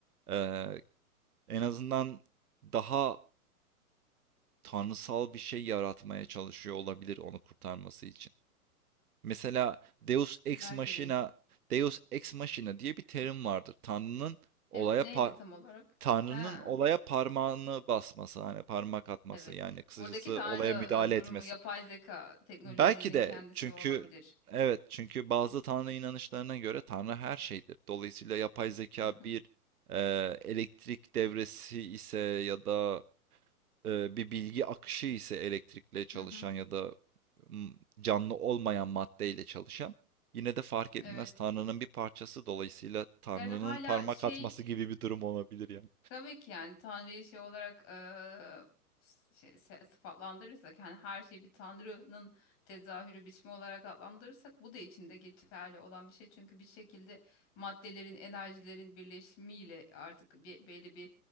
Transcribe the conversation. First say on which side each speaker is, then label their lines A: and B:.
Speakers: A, on the right; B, on the left.
A: eee, en azından daha tanrısal bir şey yaratmaya çalışıyor olabilir onu kurtarması için. Mesela Deus Ex
B: Belki
A: Machina,
B: de.
A: Deus Ex Machina diye bir terim vardır. Tanrı'nın olaya
B: Evet neydi
A: pa-
B: tam olarak?
A: Tanrı'nın
B: Ha,
A: olaya parmağını basması, hani parmak atması
B: evet.
A: yani kısacası
B: Buradaki tanrı
A: olaya müdahale
B: e, durumu
A: etmesi.
B: yapay zeka teknolojinin
A: Belki de
B: kendisi
A: çünkü
B: olabilir.
A: evet çünkü bazı Tanrı inanışlarına göre Tanrı her şeydir. Dolayısıyla yapay zeka
B: Hı hı,
A: bir e, elektrik devresi ise ya da e, bir bilgi akışı ise elektrikle çalışan
B: hı hı.
A: ya da m, canlı olmayan maddeyle çalışan yine de fark etmez
B: Evet.
A: Tanrı'nın bir parçası dolayısıyla Tanrı'nın
B: Yani hala
A: parmak
B: şey
A: atması gibi bir durum olabilir yani
B: Tabii ki yani Tanrı'yı şey olarak eee, şey, se- sıfatlandırırsak yani her şeyi bir Tanrı'nın tezahürü biçimi olarak adlandırırsak bu da içinde geçerli olan bir şey. Çünkü bir şekilde maddelerin, enerjilerin birleşimiyle artık bir, belli bir